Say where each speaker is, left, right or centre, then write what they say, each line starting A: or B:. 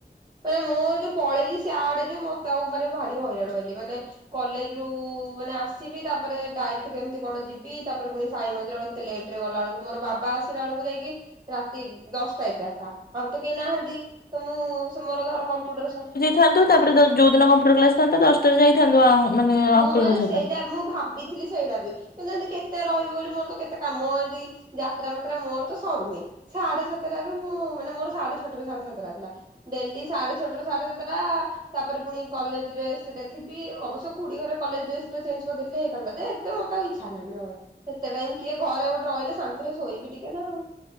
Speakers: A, on the right; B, on the left.
A: ମାନେ ମୁଁ ଯୋଉ ପଳେଇଲି ସେଆଡେ ଯୋଉ ମତେ ଆଉ ମାନେ ଭାରି ହଇରାଣ ହେଲି ମାନେ କଲେଜ ରୁ ମାନେ ଆସିବି ତାପରେ ଡାଇରେକ୍ଟ କେମିତି କଣ ଯିବି ତାପରେ ପୁଣି ସାଇ ମନ୍ଦିର ତେ ଲେଟ ରେ ଗଲା ବେଳକୁ ମୋର ବା ଆସିଲା ବେଳକୁ ଯାଇକି ରାତି ଦଶଟା ଏଗାରଟା ଆଉ ତ କେହି ନାହାନ୍ତି ତ ମୁଁ ସେ ମୋର ଧର କମ୍ପୁଟର
B: ଥାନ୍ତୁ ତାପରେ ଯୋଉ ଦିନ କମ୍ପ୍ୟୁଟର କ୍ଲାସ ଥାନ୍ତତା ଦଶଟାରେ ଯାଇଥାନ୍ତୁ ମାନେ
A: ମୁଁ
B: ଅଙ୍କଲଙ୍କ
A: ଆରେ
B: ସହିତ।
A: ସେଇଟା ମୁଁ ଭାବିଥିଲି ସେଇଟା ବି। କିନ୍ତୁ ଏମତି କେତେ ରହିବି ବୋଲି ମୋର ତ କେତେ କାମ ହନ୍ତି ଯାତ୍ରା ମାତ୍ରା ମୋର ତ ସରୁନି। ସାଢେ ସାତଟରୁ ମୁଁ ମାନେ ମୋର ସାଢେ ଛଅଟାରୁ ସାଢେ ସାତଟା ଥିଲା। ଡେଲି ସାଢେ ଛଅଟାରୁ ସାଢେ ସାତଟା ତାପରେ ପୁଣି କଲେଜ ଡ୍ରେସ୍‌ରେ ଥିବି ଅବଶ୍ୟ କୁଡି ଘରେ କଲେଜ ଡ୍ରେସ ଟା ଚେନ୍ଜ କରିଦେଥିଲେ ହେଇନ୍ତା ଯେ ଏତେ ମତେ ଇଚ୍ଛା ହେଲାନି। ସେତେ ଟାଇମ କିଏ ଘରେ ଗୋଟେ ରହିଲେ ଶାନ୍ତିରେ ଶୋଇବି ଟିକେ ନାଉ।